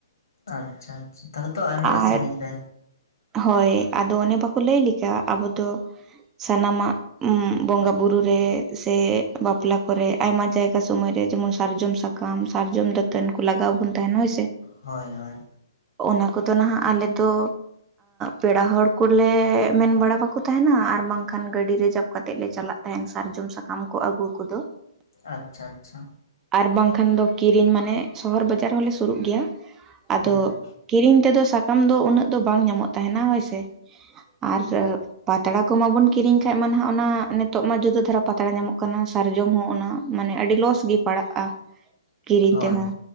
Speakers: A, on the left; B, on the right.
A: ᱟᱪᱪᱷᱟ ᱟᱪᱷᱟ ᱛᱟᱦᱚᱞᱮ ᱛᱚ ᱟᱭᱢᱟ
B: ᱟᱨ
A: ᱜᱮ ᱥᱟᱺᱜᱤᱧ ᱨᱮ᱾
B: ᱦᱳᱭ ᱟᱫᱚ ᱚᱱᱮ ᱵᱟᱠᱚ ᱞᱟᱹᱭ ᱞᱮᱠᱟ ᱟᱵᱚ ᱫᱚ ᱥᱟᱱᱟᱢᱟᱜᱼᱼ ᱵᱚᱸᱜᱟ ᱵᱩᱨᱩ ᱨᱮ ᱥᱮ ᱵᱟᱯᱞᱟ ᱠᱚᱨᱮ ᱟᱭᱢᱟ ᱡᱟᱭᱜᱟ ᱥᱩᱢᱚᱭ ᱨᱮ ᱡᱮᱢᱚᱱ ᱥᱟᱨᱡᱚᱢ ᱥᱟᱠᱼᱼ ᱥᱟᱠᱟᱢ ᱥᱟᱨᱡᱚᱢ ᱫᱟᱹᱛᱟᱹᱱ ᱠᱚ ᱞᱟᱜᱟᱣ ᱵᱚᱱ ᱛᱟᱦᱮᱱᱟ ᱦᱳᱭ ᱥᱮ᱾
A: ᱦᱳᱭ ᱦᱳᱭ᱾
B: ᱚᱱᱟ ᱠᱚᱫᱚ ᱱᱟᱦᱟᱜ ᱟᱞᱮ ᱫᱚ ᱯᱮᱲᱟ ᱦᱚᱲ ᱠᱚ, ᱠᱚ ᱞᱮ ᱢᱮᱱ ᱵᱟᱲᱟ ᱵᱟᱠᱚ ᱛᱟᱦᱮᱱᱟ ᱟᱨ ᱵᱟᱝᱠᱷᱟᱱ ᱜᱟᱹᱰᱤ ᱨᱤᱡᱟᱵᱷ ᱠᱟᱛᱮᱫ ᱞᱮ ᱪᱟᱞᱟᱜ ᱛᱟᱦᱮᱱ ᱥᱟᱨᱡᱚᱢ ᱥᱟᱠᱟᱢ, ᱥᱟᱠᱟᱢ ᱠᱚ ᱟᱹᱜᱩ ᱠᱚᱫᱚ᱾
A: ᱟᱪᱪᱷᱟ ᱟᱪᱪᱷᱟ᱾
B: ᱟᱨ ᱵᱟᱝᱠᱷᱟᱱ ᱫᱚ ᱠᱤᱨᱤᱧ ᱢᱟᱱᱮ ᱥᱚᱦᱚᱨ ᱵᱟᱡᱟᱨ ᱦᱚᱸᱞᱮ ᱥᱩᱨᱩᱜ ᱜᱮᱭᱟ᱾ ᱟᱫᱚ
A: ᱦᱮᱸ
B: ᱠᱤᱨᱤᱧ ᱛᱮᱫᱚ ᱥᱟᱠᱟᱢ ᱫᱚ ᱩᱱᱟᱹᱜ ᱫᱚ ᱵᱟᱝ ᱧᱟᱢᱚᱜ ᱛᱟᱦᱮᱱᱟ ᱦᱳᱭᱥᱮ, ᱟᱨᱼᱼ ᱯᱟᱛᱲᱟ ᱠᱚᱢᱟᱵᱚᱱ ᱠᱤᱨᱤᱧ ᱠᱷᱟᱡ ᱢᱟ ᱱᱟᱦᱟᱜ ᱚᱱᱟ ᱱᱤᱛᱚᱜ ᱢᱟ ᱡᱩᱫᱟᱹ ᱫᱷᱟᱨᱟ ᱯᱟᱛᱲᱟ ᱧᱟᱢᱚᱜ ᱠᱟᱱᱟ ᱥᱟᱨᱡᱚᱢ ᱦᱚᱸ ᱚᱱᱟ, ᱢᱟᱱᱮ ᱟᱹᱰᱤ ᱞᱚᱥ ᱜᱤ ᱯᱟᱲᱟᱜᱼᱟ ᱠᱤᱨᱤᱧ
A: ᱦᱳᱭ
B: ᱛᱮᱦᱚᱸ